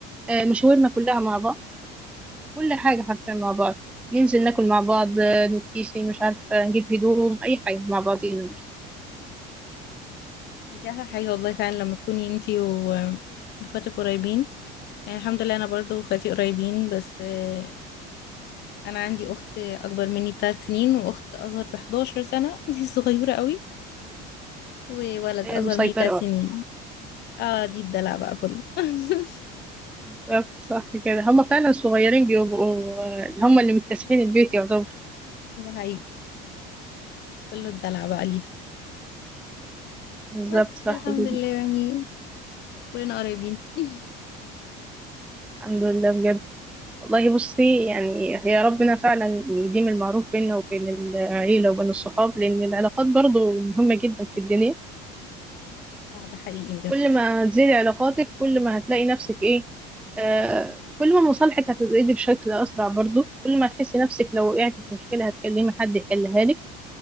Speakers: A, in the centre; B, on the left.
A: آه، مشاورنا كلها مع بعض كل حاجه حرفيا مع بعض ننزل ناكل مع بعض آه، نتكيسي مش عارفه نجيب هدوم اي حاجه مع بعضينا مش-
B: دي احلى حاجه والله فعلا لما تكوني انتي واخواتك قريبين يعني الحمد لله انا برضو اخواتي قريبين بس آه، انا عندي اخت اكبر مني بثلاث سنين واخت اصغر ب 11 سنه <laughs> دي صغيره قوي وولد
A: هي
B: اصغر
A: مسيطره
B: مني ثلاث سنين اه دي الدلع بقى كله <laughs>
A: بالظبط صح كده هما فعلا صغيرين بيبقوا آه، هما اللي مكتسحين البيت يعتبر
B: دي حقيقي كله الدلع بقى ليها
A: بالظبط
B: بس
A: صح
B: الحمد
A: كده
B: لله يعني كلنا قريبين <laughs>
A: الحمد لله بجد والله بصي يعني هي ربنا فعلا يديم المعروف بيننا وبين العيلة وبين الصحاب لأن العلاقات برضو مهمة جدا في الدنيا
B: آه، ده حقيقي بجد
A: كل ما تزيد علاقاتك كل ما هتلاقي نفسك إيه آه كل ما مصالحك هتزيد بشكل أسرع برضو كل ما تحسي نفسك لو وقعتي في مشكلة هتكلمي حد يحلها لك